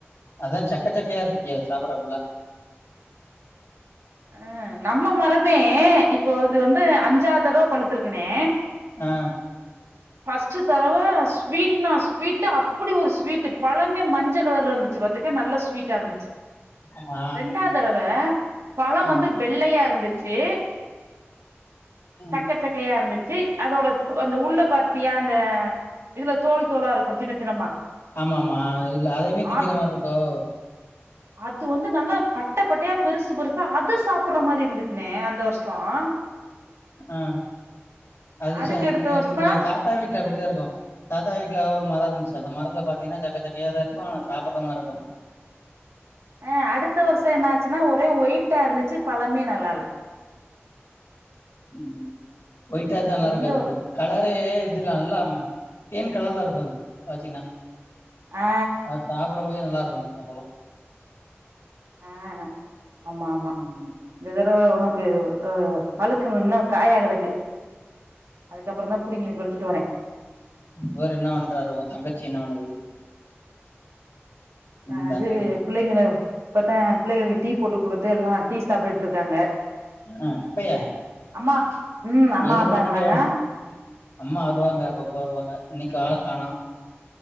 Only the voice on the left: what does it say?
அதான் சக்க சக்கையா இருக்கு இங்க சாப்படுறப்புல
ஆஹ்
ஆமா.
ஆ.
ம்.
ஆமா ஆமா இல்ல அதைமே திங்கிற
மாரி இருக்கும்
ஆஹ் அது
ச
நீங்க தாத்தா வீட்ல அப்டித்தான்ருக்கும் தாத்தா வீட்டுல ஒரு மரம் இருந்துச்சு அந்த மரத்துல பாத்தீங்கன்னா சக்க சக்கைய தான் இருக்கும் ஆனா சாப்பிடற மாதிரி இருக்கும்
உம் ஒயிட்டாதான் நல்லா
இருக்காது
அந்த கலர் இதுலே இது நல்ல ஆமா தேன் கலர்ல இருக்கும் பாத்தீங்கன்னா
அஹ சாப்பிடும்போதே நல்லாருக்கு. பழோ அந்த பழோ.
ம்
இவர் என்ன பண்றாரு உங்க தங்கச்சி என்ன பண்ணுது. உன்
தங்கை
ஆ அப்பயா
ஏழு
மணிக்கு அம்மா வருவாங்க அப்பப்போ வருவாங்க இன்னைக்கு ஆள காணோ.